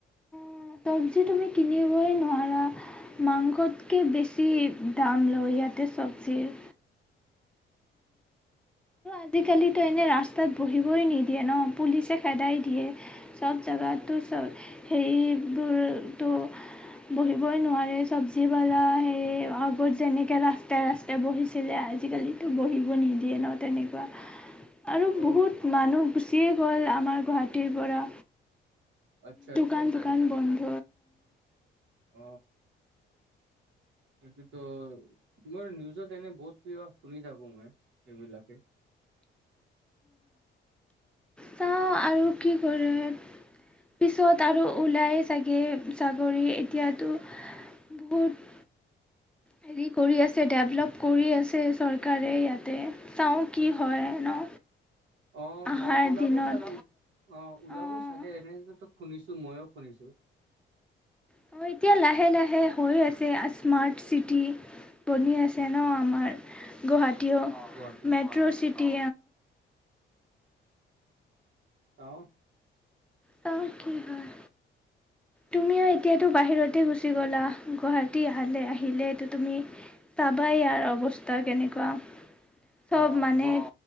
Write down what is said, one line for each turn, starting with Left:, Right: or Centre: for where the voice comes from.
Centre: উম, চৱজী তুমি কিনিবই নোৱাৰা মাংসতকে বেছি দাম লয় ইয়াতে চৱজীৰ। আজি কালিতো এনে ৰাস্তাত বহিবই নিদিয়ে ন পুলিচে খেদাই দিয়ে সব জেগতটো সেইবোৰটো বহিবই নোৱাৰে চৱজীৱালা সেই আগৰ যেনেকা ৰাস্তাই ৰাস্তাই বহিছিলে আজি কালিটো বহিবই নিদিয়ে ন তেনেকে বা আৰু
Right: অ
Centre: বহুত মানুহ গুচিয়ে গ'ল আমাৰ গুৱাহাটীৰ পৰা।
Right: আচ্ছা,
Centre: দোকান
Right: আচ্ছা, আচ্ছা,
Centre: চোকান
Right: আচ্ছা
Centre: বন্ধ
Right: অ। সেইটো মই নিউজত এনে বহুত প্রয় শুনি থাকো মই সেইবিলাকে।
Centre: চাওঁ আৰু কি কৰিম। পিছত আৰু ওলাই চাগে চাকৰি এতিয়া টো বহুত। হেৰি কৰি আছে ডেভলপ কৰি আছে চৰকাৰে ইয়াতে চাওঁ কি হয় ন?
Right: অ'
Centre: আহাৰ
Right: ওলাব
Centre: দিনত
Right: চাগে, অঁ'ওলাব
Centre: অঁ
Right: চাগে এৰেঞ্জমেন্ট শুনিছো মই ও শুনিছো।
Centre: টো এতিয়া লাহে লাহে হৈ আছে ন স্মার্ট সিটি বনি আছে ন আমাৰ গুৱাহাটী অ
Right: গুৱাহাটীৰ
Centre: মেট্ৰোচিটি।
Right: অ আৰু
Centre: চাও কি হয়। তুমি ও এতিয়া বাহিৰতে গোচি গলা। গুৱাহাটী আহিলে তুমি পাবা এ ইয়াৰ অবস্থা কেনেকুৱা। চব
Right: অ
Centre: মানে
Right: বহুত